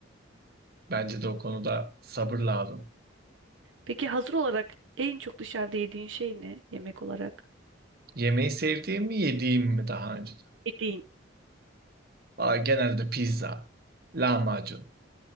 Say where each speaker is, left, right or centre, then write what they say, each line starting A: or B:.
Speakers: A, on the right (about 50°); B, on the right (about 75°).
A: bence de o konuda sabır lazım.
B: Peki hazır olarak en çok dışarıda yediğin şey ne yemek olarak?
A: Yemeği sevdiğim mi yediğim mi daha önce?
B: Yediğin.
A: Valla genelde pizza, lahmacun,